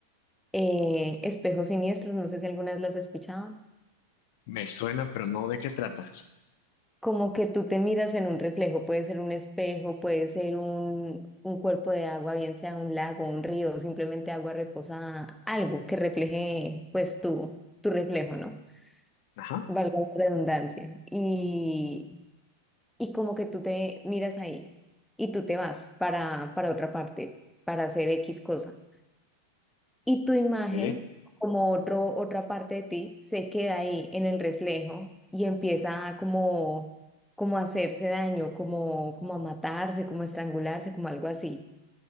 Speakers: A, in the centre; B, on the left (about 50°).
A: eh, Espejos Siniestros, no sé si alguna vez las has escuchado.
B: Me suena, pero no de qué trata.
A: como que tú te miras en un reflejo, puede ser un espejo, puede ser un, un cuerpo de agua, bien sea un lago, un río, simplemente agua reposada, algo que refleje pues tu, tu reflejo, ¿no?
B: Ajá.
A: Valga la redundancia. Y, y como que tú te miras ahí y tú te vas para, para otra parte, para hacer X cosa y tu imagen,
B: Ok.
A: como otro, otra parte de ti, se queda ahí en el reflejo y empieza a como, como a hacerse daño, como, como a matarse, como a estrangularse, como algo así.